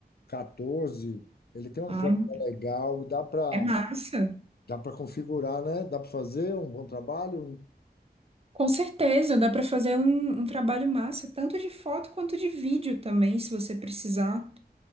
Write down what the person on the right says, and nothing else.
Ah,
é massa.
Com certeza, dá para fazer um, um trabalho massa, tanto de foto quanto de vídeo também, se você precisar.